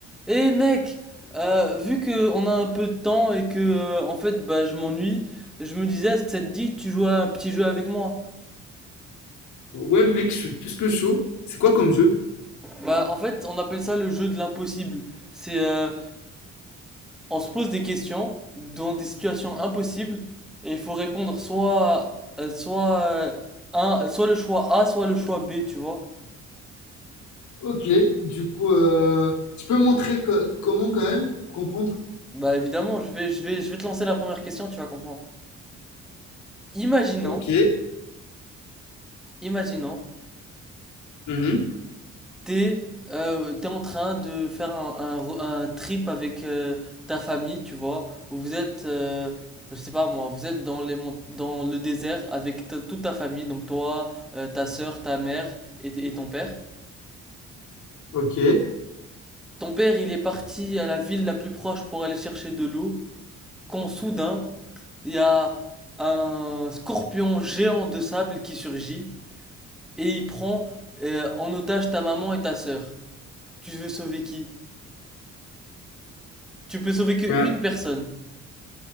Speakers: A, in the centre; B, on the left.
A: Eh mec, euh, vu que on a un peu de temps et que euh, en fait bah je m'ennuie, je me disais est-ce que ça te dit que tu joues à un petit jeu avec moi?
B: Ouais, mec, je suis plus que chaud. C'est quoi comme jeu?
A: Bah en fait on appelle ça le jeu de l'impossible. C'est euh, on se pose des questions dans des situations impossibles et il faut répondre soit euh, soit euh, un soit le choix A soit le choix B tu vois.
B: Ok, du coup, euh, tu peux montrer co- comment quand même, pour comprendre?
A: Bah évidemment je vais je vais je vais te lancer la première question tu vas comprendre. Imaginons
B: Ok.
A: imaginons
B: Mhm.
A: t'es euh, t'es en train de faire un, un ro- un trip avec euh, ta famille, tu vois, où vous êtes, euh, je sais pas moi, vous êtes dans les mont- dans le désert avec ta- toute ta famille, donc toi, euh, ta sœur, ta mère et, t- et ton père.
B: Ok.
A: Ton père, il est parti à la ville la plus proche pour aller chercher de l'eau, quand soudain, il y a un scorpion géant de sable qui surgit et il prend euh, en otage ta maman et ta sœur. Tu veux sauver qui? Tu peux sauver que
B: Bah,
A: une personne.